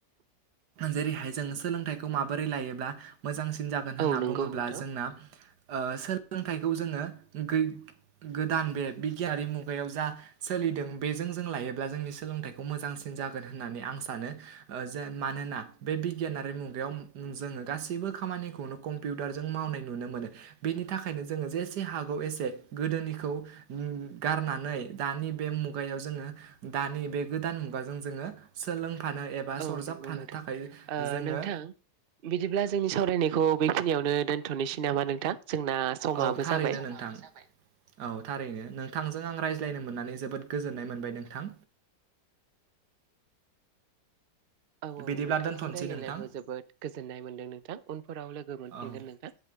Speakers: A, on the right (about 70°); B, on the right (about 85°).
A: जेरैहाय जों सोलोंथाइखौ माबोरै लायोब्ला मोजांसिन जागोन होनना
B: औ नंगौ
A: बुङोब्ला
B: नोंथां
A: जोंना ओ सोलोंथाय खौ जोङो गो-गोदान बे बिगियानारि मुगायाव जा सोलिदों बेजों जों लायो ब्ला जोंनि सोलोंथाइखौ मोजांसिन जागोन होननानै आं सानो जा ओ मानोना बे बिगियान आरो मुगा याव जोङो गासैबो खामानिखौनो कम्पिउटारजों मावनाय नुनो मोनो बेनि थाखायनो जोंङो जे हागौ एसे गोदोनिखौ उम गारनानै दानि बे मुगायाव जोङो दानि बे गोदान मुगाजों जोङो सोलों फानो एबा
B: औ
A: सरजाबफानो
B: नंगौ नोंथां
A: थाखाय
B: ओ
A: जोङो
B: नोंथां बिदिब्ला जोंनि सावरायनायखौ बेखिनियावनो दोनथ'नोसै नामा नोंथां जोंना समाबो
A: औ थारैनो
B: जाबाय।
A: नोंथां। औ थारैनो नोंथांजों आं रायज्लायनो मोननानै जोबोद गोजोननाय मोनबाय नोंथां।
B: औ औ
A: बिदिब्ला
B: नोंथांजों
A: दोनथ'नोसै
B: रायज्लायनानैबो
A: नोंथां
B: जोबोद गोजोननाय मोनदों नोंथां उनफोराव लोगो मोनफिनगोन
A: औ
B: नोंथां।